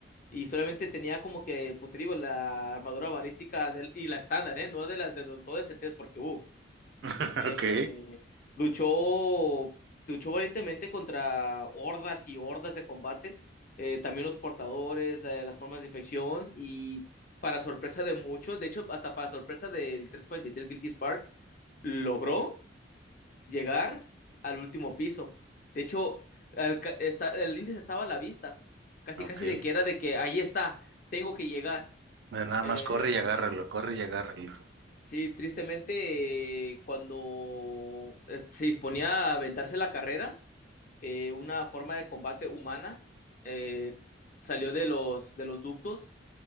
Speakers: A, on the left; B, on the right.
A: y solamente tenía como que, pues te digo, la armadura balística del- y la estándar, ¿eh? No de las de los OSTs, porque, uff.
B: <laughs>
A: eh,
B: Ok,
A: luchó, luchó valientemente contra hordas y hordas de combate, eh, también los portadores, eh, las formas de infección y para sorpresa de muchos, de hecho hasta para sorpresa del trescientos cuarenta y tres Guilty Spark, logró llegar al último piso. De hecho, al ca- está- el índice estaba a la vista, casi
B: ok.
A: casi de que era de que ahí está, tengo que llegar.
B: Bueno, nada más
A: eh,
B: corre y agárralo, corre y agárralo.
A: Sí, tristemente, eh, cuando eh, se disponía a aventarse la carrera, eh, una forma de combate humana eh, salió de los, de los ductos